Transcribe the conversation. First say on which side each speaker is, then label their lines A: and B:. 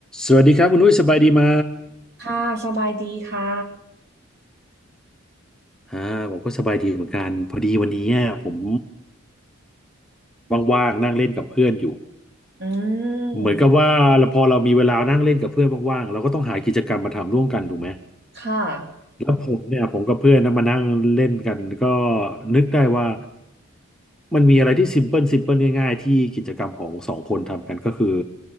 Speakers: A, in the centre; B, on the right.
A: สวัสดีครับคุณอุ้ยสบายดีไหม
B: ค่ะสบายดีค่ะ
A: อ่าผมก็สบายดีเหมือนกันพอดีวันนี้อะผมว่างๆนั่งเล่นกับเพื่อนอยู่
B: อืม
A: เหมือนกับว่าพอเรามีเวลานั่งเล่นกับเพื่อนว่างๆเราก็ต้องหากิจกรรมมาทำร่วมกันถูกไหม
B: ค่ะ
A: แล้วผมเนี่ยผมกับเพื่อนนะมานั่งเล่นกันก็นึกได้ว่ามันมีอะไรที่ซิมเพิลซิมเพิลง่ายๆที่กิจกรรมของสองคนทำกันก็คือ